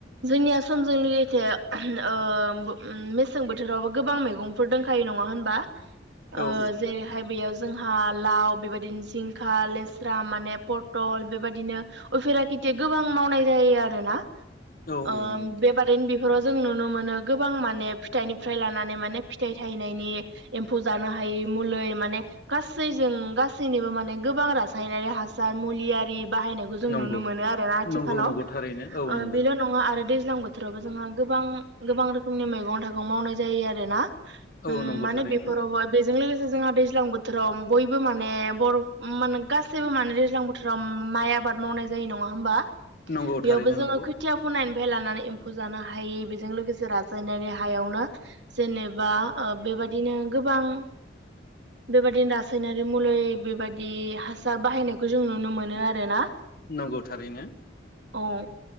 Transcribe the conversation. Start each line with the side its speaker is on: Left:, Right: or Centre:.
Right: जोंनिया समजों लोगोसे ओ मेसें बोथोरावबो गोबां मैगंफोर दंखायो नङा होनबा ओ
Left: औ
Right: जेरैहाय बेयाव जोंहा लाव बेबायदिनो जिंखा लेस्रा मान माने पटल बेबादिनो उफेरा खेथि गोबां मावनाय जायो आरो ना
Left: औ
Right: ओ
Left: औ नंगौ
Right: बेबारैनो बि बेफोराव जों नुनो मोनो गोबां माने फिथाइनिफ्राय लानानै माने फिथाइ थायनायनि एम्फौ जानो हायो मुलि माने गासैजों गासैनिबो माने गोबां रायनायारि हासार मुलि आरि बाहायनायखौ जों
Left: नंगौ
Right: नुनो मोनो आरोना आथिखालाव
Left: नंगौ नंगौ थारैनो औ
Right: ओ
Left: नंगौ
Right: बेल' नङा आरो दैज्लां बोथोरावबो जोंहा गोबां गोबां रोखोमनि मैगं थाइगं मावनाय जायो आरो ना
Left: औ
Right: उम
Left: नंगौ
Right: माने
Left: थारैनो
Right: बेफोरावबो बे बेजों लोगोसे जोंहा दैज्लां बोथोराव बयबो माने बर'फोर माने गासैबो माने दैज्लां बोथोराव माइ आबाद मावनाय जायो नङा होमबा
Left: नंगौ
Right: बेयावबो
Left: थारैनो
Right: जोङो
Left: नंगौ
Right: खोथिया फुनाय निफ्राय लानानै एम्फौ जानो हायि बेजों लोगोसे रासायनारि हायावनो जेनेबा ओ बे बेबादिनो गोबां बेबायदिनो रासायनारि मुलि बेबायदि हासार हासार बाहायनायखौ जों नुनो मोनो आरो ना
Left: नंगौ थारैनो
Right: औ